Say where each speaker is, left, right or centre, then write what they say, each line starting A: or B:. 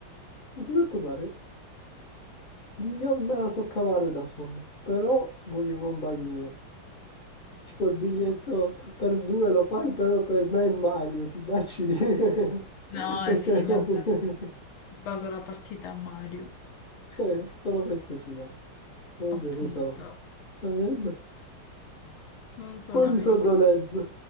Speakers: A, on the left (about 40°); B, on the left (about 75°).
A: non ti preoccupare, io me la so cavare da solo, però voglio compagnia. Tipo il biglietto per due lo fai, però per me e Mario, ti baci di... <laughs>
B: No,
A: Perché...
B: sì,
A: <laughs>
B: vabbè. Pago la partita a Mario,
A: Eh, solo questo ci va. Comunque
B: appunto.
A: adesso sta vedendo un
B: Non sono
A: po' di
B: americana.
A: sonnolenza.